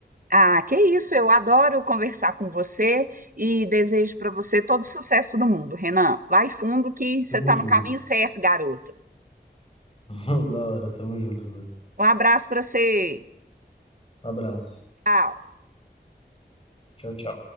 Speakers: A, on the right; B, on the left.
A: Ah, que isso, eu adoro conversar com você e desejo para você todo o sucesso do mundo, Renan. Vai fundo que você
B: Tamo
A: está
B: junto.
A: no caminho certo, garoto.
B: <laughs> Da hora, tamo junto, velho.
A: Um abraço para você.
B: Abraço.
A: Tchau.
B: Tchau, tchau.